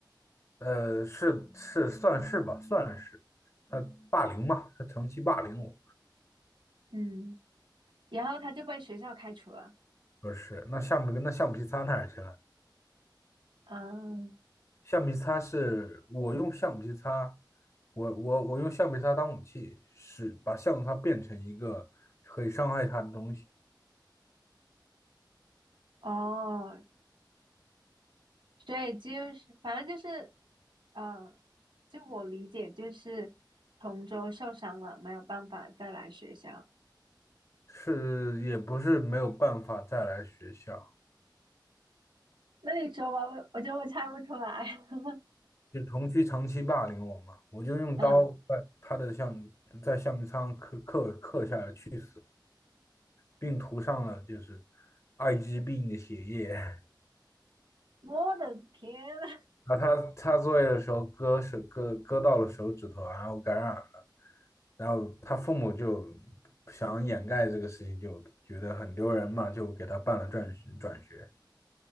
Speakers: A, on the left; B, on the right.
A: 呃，是是算是吧，算是。那霸凌嘛，他长期霸凌我，
B: 嗯，然后他就被学校开除了，
A: 不是。那橡皮跟那橡皮擦哪儿去了？
B: 嗯，
A: 橡皮擦是我用橡皮擦，我我我用橡皮擦当武器，是把橡皮擦变成一个可以伤害他的东西，
B: 哦，所以就是反正就是，嗯，就我理解就是同桌受伤了，没有办法再来学校。
A: 是也不是没有办法再来学校。
B: 那你说吧，我我觉得我猜不出来。<laughs>
A: 就同居长期霸凌我嘛，我就用刀在他的橡在橡皮擦上刻刻刻下了去，
B: 嗯，
A: 并涂上了就是艾滋病的血液。<laughs>
B: 我的天呐，
A: 啊，他擦作业的时候割手割割到了手指头，然后感染了，然后他父母就想掩盖这个事情，就觉得很丢人嘛，就给他办了转学转学，